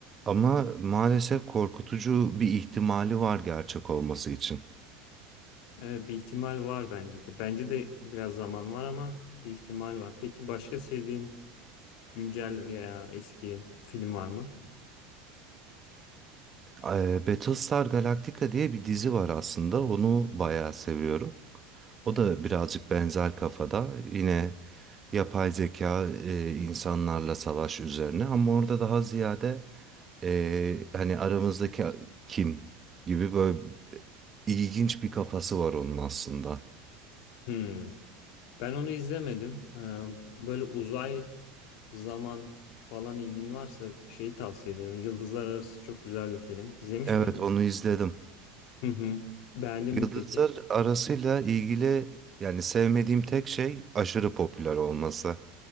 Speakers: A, on the right; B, on the left.
A: Ama maalesef korkutucu bir ihtimali var gerçek olması için.
B: Ee, bir ihtimal var bence de. Bence de biraz zaman var ama bir ihtimal var. Peki başka sevdiğin güncel veya eski film var mı?
A: Ee, Battlestar Galactica diye bir dizi var aslında. Onu bayağı seviyorum. O da birazcık benzer kafada. Yine yapay zeka e, insanlarla savaş üzerine. Ama orada daha ziyade e, hani aramızdaki kim gibi böyle ilginç bir kafası var onun aslında.
B: Hmm. Ben onu izlemedim. Ee, böyle uzay, zaman falan ilgin varsa şeyi tavsiye ederim. Yıldızlar Arası çok güzel bir film. İzlemiş
A: Evet
B: miydin?
A: onu izledim.
B: Hı hı. Beğendin
A: Yıldızlar
B: mi peki?
A: arasıyla ilgili yani sevmediğim tek şey aşırı popüler olması.